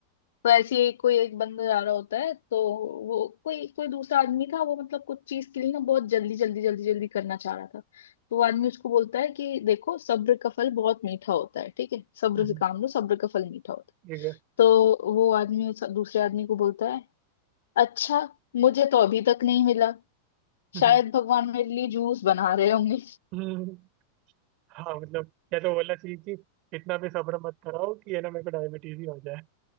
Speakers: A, on the left; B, on the right.
A: तो ऐसे ही कोई एक बंदा जा रहा होता है तो वो कोई कोई दूसरा आदमी था वो मतलब कुछ चीज के लिए ना बहुत जल्दी जल्दी जल्दी जल्दी करना चाह रहा था तो वो आदमी उसको बोलता है कि देखो सब्र का फल बहुत मीठा होता है ठीक है सब्र
B: हम्म,
A: से काम लो सब्र का फल मीठा होता
B: ठीक
A: है
B: है <laughs>
A: तो वो आदमी उस दूसरे आदमी को बोलता है अच्छा मुझे तो अभी तक नहीं मिला
B: हम्म,
A: शायद भगवान मेरे लिए जूस बना रहे होंगे
B: हम्म, हाँ मतलब या तो बोलना चाहिए कि इतना भी सब्र मत कराओ कि ये ना मेरे को डायबिटीज ही हो जाए